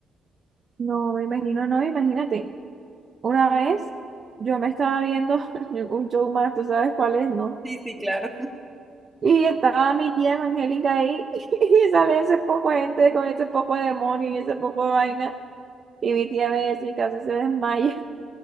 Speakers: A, on the right; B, in the centre.
A: No, me imagino, no, imagínate. Una vez yo me estaba viendo <laughs> un show más, ¿tú sabes cuál es, no?
B: Sí, sí, claro.
A: Y estaba mi tía evangélica ahí <laughs> y sale ese poco de gente con ese poco de demonio y ese poco de vaina. Y mi tía ve eso y casi se desmaya. <laughs>